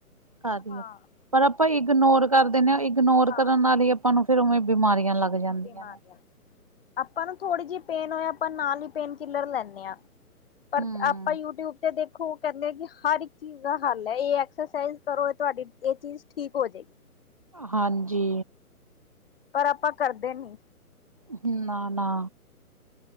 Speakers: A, on the right; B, on the left.
A: ਕਰ ਰਈ
B: ਹਾਂ
A: ਆ, ਪਰ ਆਪਾਂ ਇਗਨੋਰ ਕਰ ਦਿੰਦੇ ਆ ਇਗਨੋਰ
B: ਹਾਂ
A: ਕਰਨ ਨਾਲ ਈ ਆਪਾਂ ਨੂੰ ਫੇਰ ਉਵੇਂ ਬਿਮਾਰੀਆਂ ਲੱਗ ਜਾਂਦੀਆਂ
B: ਬੀਮਾਰੀਆ
A: ਨੇ।
B: ਲੱਗਦੀਆਂ, ਆਪਾ ਨੂੰ ਥੋੜੀ ਜੇਈ ਪੇਨ ਹੋਏ ਆਪਾਂ ਨਾਲ ਈ ਪੇਨ ਕਿਲਰ ਲੇਂਨੇ ਆ ਪਰ
A: ਹੂੰ।
B: ਆਪਾਂ ਯੂ ਟਿਊਬ ਅਤੇ ਦੇਖੋ ਓ ਕੇਂਦੇ ਕਿ ਹਰ ਇੱਕ ਚੀਜ਼ ਦਾ ਹੱਲ ਏ, ਏ ਐਕਸਰਸਾਈਜ਼ ਕਰੋ ਤੁਆਡੀ ਏ ਚੀਜ਼ ਠੀਕ ਹੋ ਜਾਏਗੀ।
A: ਹਾਂਜੀ।
B: ਪਰ ਆਪਾਂ ਕਰਦੇ ਨਈ
A: ਹੂੰ ਨਾ-ਨਾ